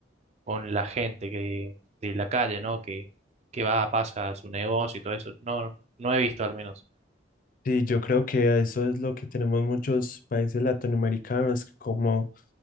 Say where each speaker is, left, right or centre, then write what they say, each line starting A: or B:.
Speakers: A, on the right (about 35°); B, on the left (about 45°).
A: con la gente que, de la calle, ¿no? Que, que va, pasa a su negocio y todo eso. No, no he visto al menos.
B: Sí, yo creo que a eso es lo que tenemos muchos países latinoamericanos, que como